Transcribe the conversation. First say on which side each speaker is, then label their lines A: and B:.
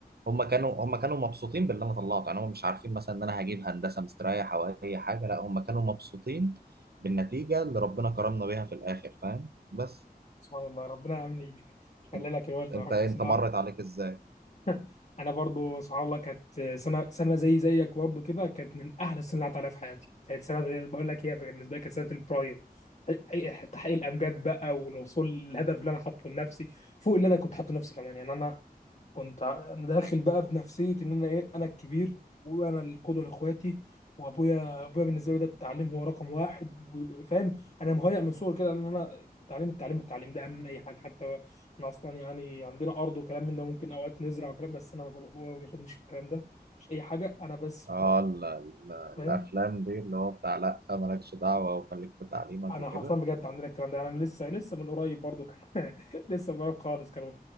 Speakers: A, on the right (about 80°); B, on the left (about 45°).
A: هم كانوا هم كانوا مبسوطين باللي أنا طلعته يعني هم مش عارفين مثلا إن أنا هجيب هندسة مستريح أو أي حاجة لا هم كانوا مبسوطين بالنتيجة اللي ربنا كرمنا بيها في الآخر فاهم بس
B: سبحان الله ربنا يا عم يخلي
A: انت
B: لك الوالده
A: انت
B: يا رب
A: انت
B: بصراحه
A: مرت عليك ازاي
B: <laughs> انا برضو سبحان الله كانت سنه سنه زي زيك برضو كده كانت من احلى السنين اللي عدت عليها في حياتي كانت سنه زي- بقول لك هي بالنسبه لي كانت سنه البرايم حقيقة- تحقيق الامجاد بقى والوصول للهدف اللي انا حاطه لنفسي فوق اللي انا كنت حاطه لنفسي كمان يعني انا كنت ع- انا داخل بقى بنفسيه ان انا ايه انا الكبير وانا القدوه لاخواتي وابويا ابويا بالنسبه له ده التعليم هو رقم واحد و- وفاهم انا مهيأ من صغري كده ان انا التعليم التعليم التعليم ده اهم من اي حاجه حتى احنا اصلا يعني عندنا ارض وكلام من ده ممكن اوقات نزرع وكلام بس انا بابا ما بياخدنيش في الكلام ده مش اي حاجه انا بس بتاع
A: اه ال- ال- الافلام
B: تعليم،
A: دي اللي هو بتاع لا مالكش دعوه وخليك في تعليمك
B: انا
A: وكده
B: حرفيا بجد عندنا الكلام ده يعني انا لسه لسه من قريب برضو كان <laughs> لسه من قريب خالص كانوا